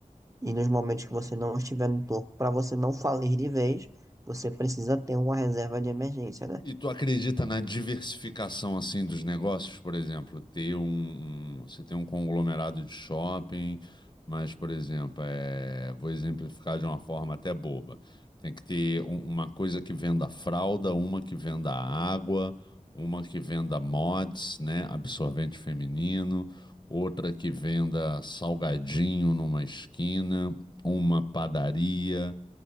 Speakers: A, on the right; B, on the left.
A: e nos momentos que você não estiver no topo, para você não falir de vez, você precisa ter uma reserva de emergência, né?
B: E tu acredita na diversificação assim dos negócios, por exemplo, ter um, um- você tem um conglomerado de shopping, mas por exemplo, é, vou exemplificar de uma forma até boba. Tem que ter um- uma coisa que venda fralda, uma que venda água, uma que venda mods, né, absorvente feminino, outra que venda salgadinho numa esquina, uma padaria.